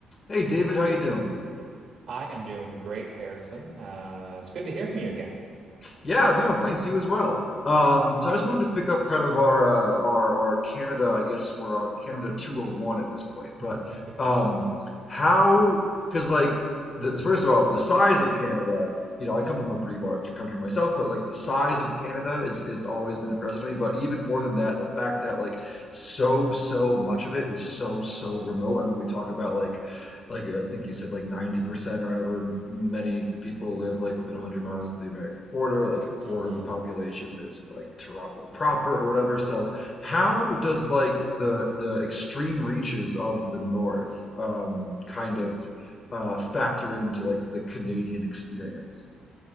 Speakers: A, on the left; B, on the right.
A: Hey, David, how you doing?
B: I am doing great, Harrison. Uh, it's good to hear from you again.
A: Yeah, no, thanks. You as well. Um, so I just wanted to pick up kind of our uh, our our Canada. I guess we're on Canada 201 at this point. But
B: <laughs> Yeah.
A: um, how? Because like the, first of all, the size of Canada. You know, I come from a pretty large country myself, but like the size of Canada is is always been impressive to me. But even more than that, the fact that like so so much of it is so so remote. I mean, we talk about like like I think you said, like 90% or however many people live like within 100 miles of the American border, like a quarter
B: hmm
A: of the population lives in like Toronto proper or whatever. So how does like the the extreme reaches of the North um, kind of uh, factor into like the Canadian experience?